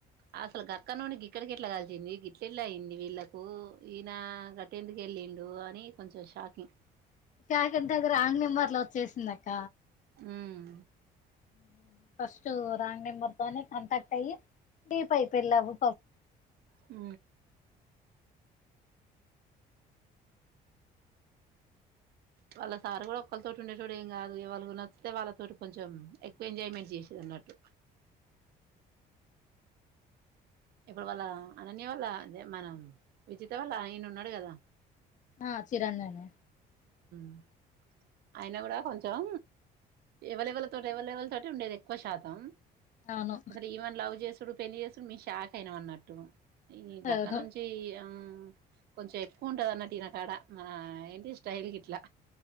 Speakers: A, on the right; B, on the left.
A: అ అసలు గక్క నుడి గిక్కె గిట్ల కలిచింది గిట్లెట్లా అయిందిీళ్ళలకు ఈయన గట్టెందుకుెళ్ళిండు ని కొంచెం షాకింగ్
B: కాకడి దగ్గర ఆంగ్నేం వర్ల వచ్చేసిందిక్క
A: ఉమ్
B: <unintelligible> ఫస్ట్ రింగ్ నెంబర్ తో కాంటాక్ట్ అయి దీప అయిపోయి లవ్
A: అ వాళ్ళ సారు కూడా ఒకళ్ళతోటి ఉండే తోడు ఏం కాదు వాలు ఎవరు నచ్చితే వాళ్ళతోటి కొంచెం ఎంజాయ్మెంట్ చేసిదిన్నట్టు ఇప్పుడు వాళ్ళ అనన్య వల్ళద మనం విజిత వల్ల నయను ఉన్నాడు కదా
B: ఆ చిరాన్ననే
A: <inaudible> అయినా కూడా కొంచెం ఎవరు ఎవరు తో ఎవైలబుల్ తోటి ఉండేది ఎక్కువ శాతం
B: అవును
A: అసలు ఈమెను లవ్ చేసుడు పెళ్లిి చేసుడు మీ షాక్ అయిన అన్నట్టు ఈ
B: అవును
A: ఎక్కడ నుంచి ఆ కొంచెం ఎక్కువ ఉంటద అన్నటిటీ నా కాడ మన ఏంటి స్టైల్ గట్లా